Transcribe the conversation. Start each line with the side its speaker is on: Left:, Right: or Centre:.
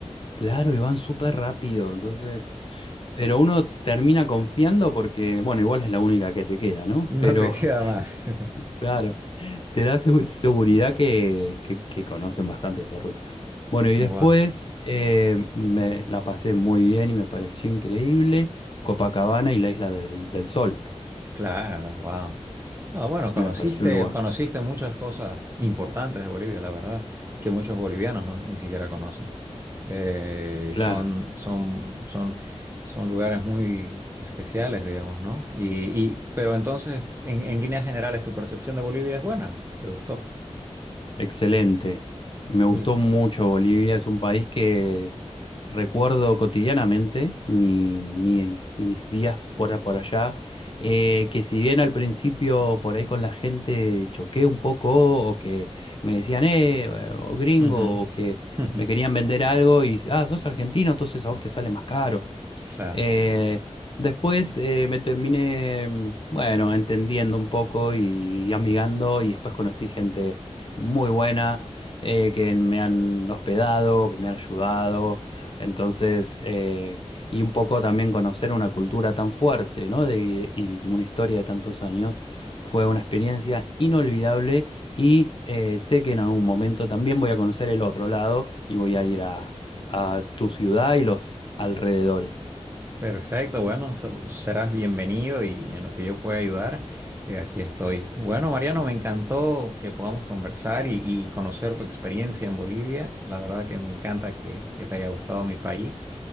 Left: Claro, y van súper rápido, entonces, pero uno termina confiando porque, bueno, igual es la única que te queda, ¿no?
Right: No
Left: Pero...
Right: te queda más. <laughs>
Left: Claro, te da segu- seguridad que, que- que conocen bastante esa ruta. Bueno, y
Right: Wow.
Left: después eh, me la pasé muy bien y me pareció increíble Copacabana y la Isla del, del Sol.
Right: Claro, wow. Ah, bueno, conociste,
Left: Me pareció un lugar.
Right: conociste muchas cosas importantes de Bolivia, la verdad, que muchos bolivianos no- ni siquiera conocen. Eh,
Left: Claro,
Right: son, son, son, son lugares muy especiales, digamos, ¿no? Y, y, pero entonces, en, en líneas generales, ¿tu percepción de Bolivia es buena? ¿Te gustó?
Left: Excelente. Me gustó
Right: Sí.
Left: mucho Bolivia. Es un país que recuerdo cotidianamente mi- mis, mis días por, a- por allá. Eh, que si bien al principio por ahí con la gente choqué un poco o que me decían, eh, o gringo,
Right: Ujú.
Left: o que
Right: <laughs>
Left: me querían vender algo y, ah, sos argentino, entonces a vos te sale más caro.
Right: Claro.
Left: Eh, después eh, me terminé, mm, bueno, entendiendo un poco y, y amigando y después conocí gente muy buena eh, que me han hospedado, que me han ayudado. Entonces, eh, y un poco también conocer una cultura tan fuerte, ¿no? De, y una historia de tantos años. Fue una experiencia inolvidable y eh, sé que en algún momento también voy a conocer el otro lado y voy a ir a a tu ciudad y los alrededores.
Right: Perfecto, bueno, so- serás bienvenido y en lo que yo pueda ayudar, eh, aquí estoy. Bueno, Mariano, me encantó que podamos conversar y, y conocer tu experiencia en Bolivia. La verdad que me encanta que, que te haya gustado mi país.